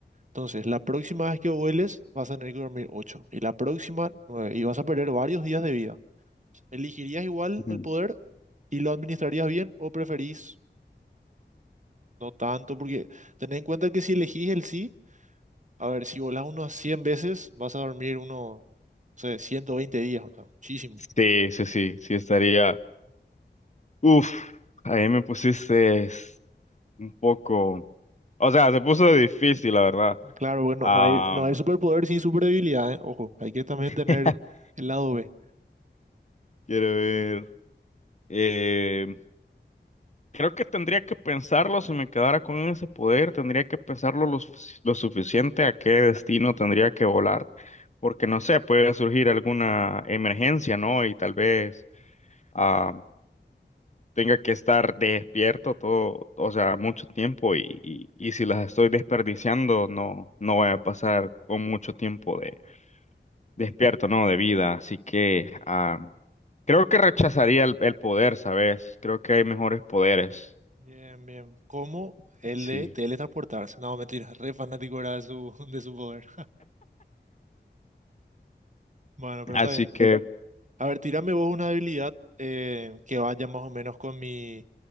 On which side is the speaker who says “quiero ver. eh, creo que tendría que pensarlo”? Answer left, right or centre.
Left